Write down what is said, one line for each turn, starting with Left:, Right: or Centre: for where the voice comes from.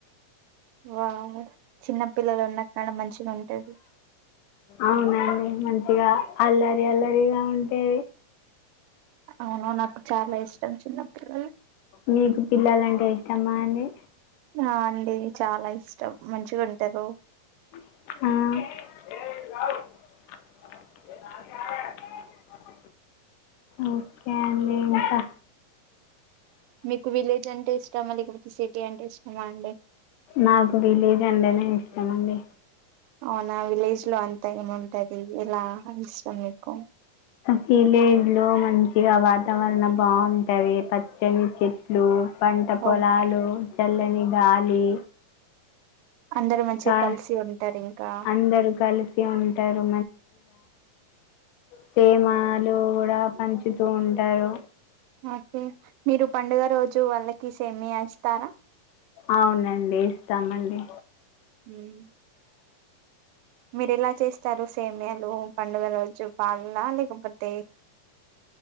Right: వా చిన్న పిల్లలు ఉన్నా కాడ మంచిగా ఉంటాది
Left: అవునండి మంచిగా అల్లరి అల్లరిగా ఉంటే
Right: అవున నాకు చాలా ఇష్టం చిన్నపిల్లలు
Left: మీకు పిల్లలంటే ఇష్టమా అండి
Right: ఆ అండి చాలా ఇష్టం మంచిగా ఉంటారు
Left: ఆ ఓకే అండి ఇంకా
Right: మీకు విలేజ్ అంటే ఇష్టామా లేకపోతే సిటీ అంటే ఇష్టామా అండి
Left: నాకు వీలేజ్ అంటే నే ఇష్టమండి
Right: అవునా విలేజ్ లో అంత ఏముంటది ఇలా ఇష్టం మీకు
Left: విలేజ్ లో మంచిగా వాతావరణం బాగుంటాంది పచ్చని చెట్లు పంట పొలాలు
Right: ఓ
Left: చల్లని గాలి
Right: అందరు మంచిగా
Left: కా
Right: కలిసి ఉంటారు ఇంకా
Left: అందరు కలిసి ఉంటారు ప్రేమాలు కూడా పంచుతూ ఉంటారు
Right: ఓకే మీరు పండుగ రోజు వాళ్ళకి సేమియా ఇస్తారా
Left: అవునండి ఇస్తామండి
Right: ఉమ్ మీరు ఎలా చేస్తారు సేమియాలు పండుగల రోజు పాల లేకపోతే